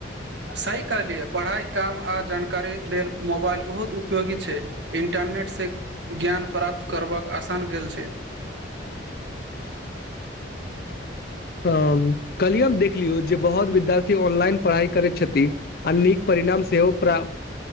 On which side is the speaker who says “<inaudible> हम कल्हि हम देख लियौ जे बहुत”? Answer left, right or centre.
Left